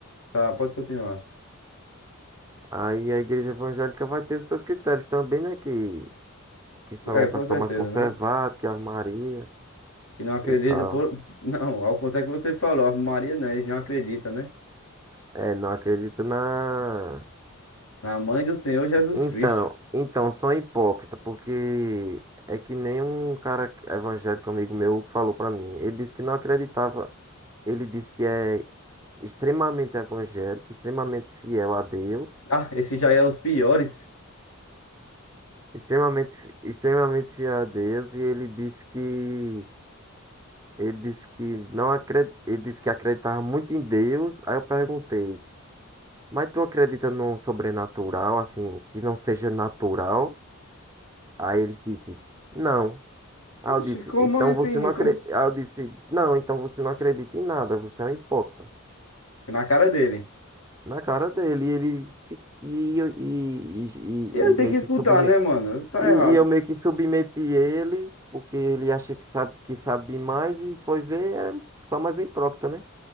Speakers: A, on the left; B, on the right.
A: Tá, pode continuar.
B: Aí a igreja evangélica vai ter os seus critérios também, né? Que que são
A: É,
B: o
A: com
B: pessoal
A: certeza,
B: mais conservado,
A: né?
B: que Ave Maria
A: Que não acredita
B: e tal.
A: por. Não, ao contrário que você falou, Ave Maria não, eles não acreditam, né?
B: É, não acredito na.
A: Na mãe do Senhor Jesus
B: Então,
A: Cristo.
B: então, sou hipócrita, porque é que nem um cara evangélico amigo meu que falou pra mim. Ele disse que não acreditava. Ele disse que é extremamente evangélico, extremamente fiel a Deus,
A: Ah, esse já é os piores.
B: extremamente, fi- extremamente fiel a Deus, e ele disse que ele disse que não acred, ele disse que acreditava muito em Deus. Aí eu perguntei Mas tu acredita num sobrenatural, assim, que não seja natural? Aí eles disse, não. Aí
A: Oxe,
B: eu disse,
A: como
B: então
A: assim?
B: você não
A: Como?
B: acredita. Aí eu disse, não, então você não acredita em nada, você é um hipócrita.
A: Na cara dele.
B: Na cara dele, e ele fi- e, eu- e, e,
A: E ele
B: e,
A: tem
B: e meio
A: que escutar,
B: que submeti.
A: né, mano? Ele tá
B: E,
A: errado.
B: e eu meio que submeti ele, porque ele acha que sabe, que sabe demais, e foi ver, era só mais um hipócrita, né?